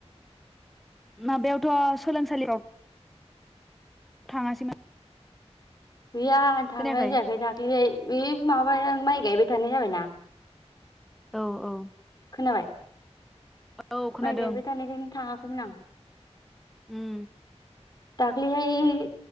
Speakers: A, in the centre; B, on the left.
A: माबायावथ' सोलोंसालियाव थाङासैमोन
B: गैया थांनाय
A: खोनायाखै
B: जायाखै दाख्लिहाय बे माबाया माइ गायबाय थानाय जाबायना
A: औ औ
B: खोनाबाय
A: औ खोनादों
B: माइ गायबाय थानायखाय थाङा नङाबा
A: उम
B: दाखालिहाय